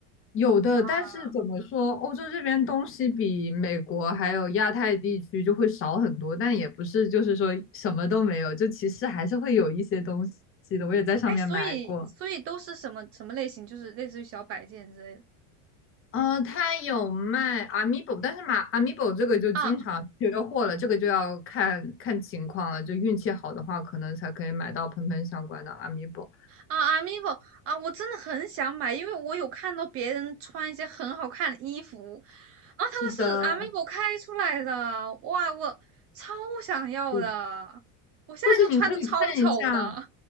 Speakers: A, on the left (about 30°); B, on the right (about 35°).
A: 有的。
B: 啊。
A: 但是怎么说，欧洲这边东西比美国还有亚太地区就会少很多，但也不是就是说什么都没有，就其实还是会有一些东西的。我也在上面买过，
B: 哎，所以所以都是什么什么类型？就是类似于小摆件之类的
A: 呃，它有卖 Amiibo，但是买 Amiibo 这个就经常缺货了，
B: 啊。
A: 这个就要看看情况了，就运气好的话，可能才可以买到喷喷相关的 Amiibo。
B: 啊，Amiibo 啊，我真的很想买，因为我有看到别人穿一些很好看的衣服，啊，他们是
A: 是的，
B: Amiibo 开出来的，哇，我超想要的，
A: 是
B: 我现在就穿的超丑的
A: 或者你可以看一下，